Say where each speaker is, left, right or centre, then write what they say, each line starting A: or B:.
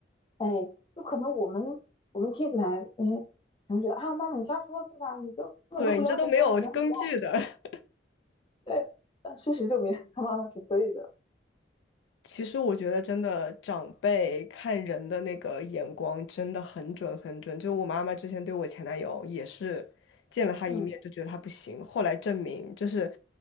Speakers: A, on the left; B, on the left.
A: 哎，就可能我们我们听起来，嗯，可能觉得啊，妈妈你瞎说对吧？你根本都不了解他，
B: 对你这都没有根据的。
A: 怎样怎样。
B: <laughs>
A: 对，但事实证明他妈妈是对的。
B: 其实我觉得真的长辈看人的那个眼光真的很准很准。就我妈妈之前对我前男友也是见了他一面就觉得他不行，
A: 嗯
B: 后来证明就是